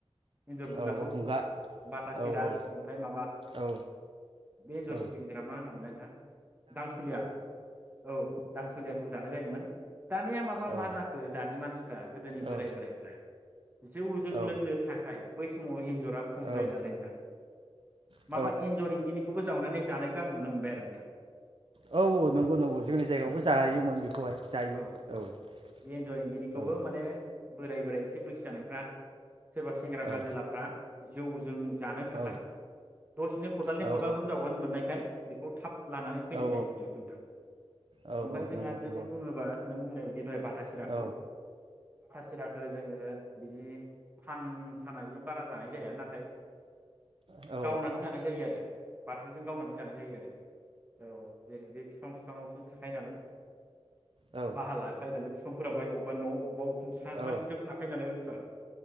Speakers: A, on the right; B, on the right.
A: <unintelligible> एन्जर बुंगाखौ
B: औ औ बुंगा
A: बाथा सिरा
B: औ औ
A: ओमफ्राय माबा
B: औ
A: बे एन्जर
B: औ
A: गिदिर गिदिरा मा होनोमोनलाय नोंथां दांसलिया औ दांसलियाखौ जानाय जायोमोन। दानिया माबा
B: औ
A: मा जाखो दानि मानसिफ्रा गोदोनि
B: औ
A: बोराइफ्रा जौ जों
B: औ
A: लोंनो थाखाय बै समाव एन एनजर आ खम जायो
B: औ
A: नालाय नोंथां
B: औ
A: माबा एनजर इंगिनिखौबो‌ जावनानै जानायखौ आं नुनो मोनबाय आरो नोंथां।
B: औ औ नंगौ नंगौ जोंनि जायगायावबो
A: औ
B: जायोमोन
A: औ
B: बेखौहाय जायो
A: औ औ
B: औ
A: बे एन्जर इंगिनिखौबो
B: औ
A: माने बोराय बोराय एसे बैसो जानायफ्रा सोरबा सेंग्रा
B: औ
A: गाजिलाफ्रा जौजों जानो थाखाय
B: औ
A: दसेनो खदालनि
B: औ
A: खदालथाम जावबानो मोननायखाय बेखौ थाब लानानै फैनाय
B: औ
A: जायो इन्जरखौ नोंथां
B: औ
A: ओमफ्राय
B: औ
A: जोंहा
B: नंगौ
A: जुदि
B: नंगौ
A: बुङोबा नों बुंनायायदि दहाय ब सिराखौ
B: औ
A: <unintelligible> जोङो बि फान साना जि बारा जानाय जाया नाथाय
B: औ
A: गावनानै जानाय जायो आरो बाथुलजों गावनानै जानाय जायो आरो औ जेरै बे बिफां बिफांआवसो नालाय
B: औ
A: बाहा लाखायो नालाय बिफां फोरावाहाय अबावबा न' बबाव ह
B: औ
A: माने बिदियावस लाखायो नालाय बे बुस्थुआ